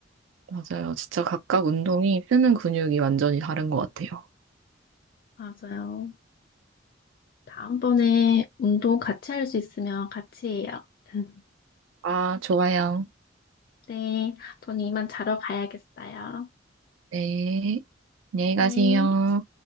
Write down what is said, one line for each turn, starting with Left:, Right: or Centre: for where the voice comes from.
Right: 맞아요. 진짜 각각 운동이 쓰는 근육이 완전히 다른 것 같아요.
Left: 맞아요. 다음번에 운동 같이 할 수 있으면 같이 해요. <laughs>
Right: 아, 좋아요.
Left: 네, 전 이만 자러 가야겠어요.
Right: 네. 안녕히 가세요.
Left: 네.